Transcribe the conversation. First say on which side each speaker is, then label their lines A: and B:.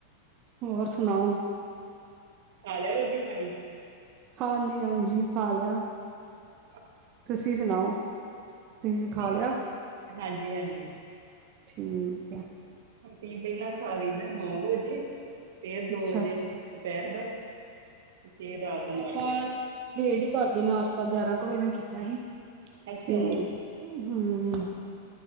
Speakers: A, on the right (about 30°); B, on the right (about 70°).
A: ਹੋਰ ਸੁਣਾਓ।
B: ਖਾ ਲਿਆ ਰੋਟੀ ਪਾਣੀ।
A: ਹਾਂਜੀ ਹਾਂਜੀ ਖਾ ਲਿਆ।
B: ਹਾਂਜੀ।
A: ਤੁਸੀਂ ਸੁਣਾਓ। ਤੁਸੀਂ
B: ਅਸੀਂ
A: ਖਾ ਲਿਆ
B: ਹਾਂਜੀ ਹਾਂਜੀ।
A: ਠੀਕ ਐ।
B: ਅਸੀਂ ਪਹਿਲਾਂ ਖਾਨੇ ਆਂ ਨੌਂ ਵਜੇ ਫੇਰ ਦੋ
A: ਅੱਛਾ
B: ਵਜੇ ਦੁਪਹਿਰ ਨੂੰ। ਫੇਰ ਰਾਤ
A: ਆਪਾਂ
B: ਅੱਠ ਵਜੇ
A: ਵੇਟ ਹੀ ਕਰਦੇ ਆਂ ਨਾਸ਼ਤਾ ਗਿਆਰਾਂ ਕੁ ਵਜੇ।
B: ਅੱਛਾ
A: ਤੇ ਹਾਂ।